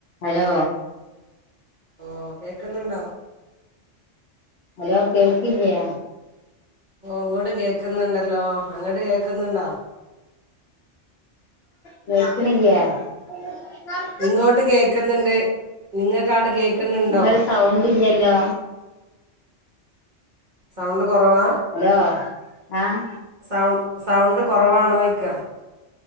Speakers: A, on the left (about 65°); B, on the right (about 50°).
A: Hello
B: ഓ കേക്ക്ന്നുണ്ടോ
A: hello കേൾക്കില്ല്യേ
B: ഓഹ് ഇങ്ങോണ്ട് കേക്കുന്നുണ്ടല്ലോ അങ്ങോട്ട് കേക്കുന്നുണ്ടോ
A: കേക്ക്ണില്ല്യേ ങ്ങം
B: ഇങ്ങോട്ട് കേക്ക്ന്ന്ണ്ട് നിങ്ങൾക്കാണ്ട് കേക്കുന്ന്ണ്ടോ
A: നിങ്ങൾ സൗണ്ട് ഇല്ല്യല്ലോ
B: സൗണ്ട് കൊറവാ
A: ഹലോ ആഹ്
B: സൗ സൗണ്ട് കൊറവാണോയ്ക്ക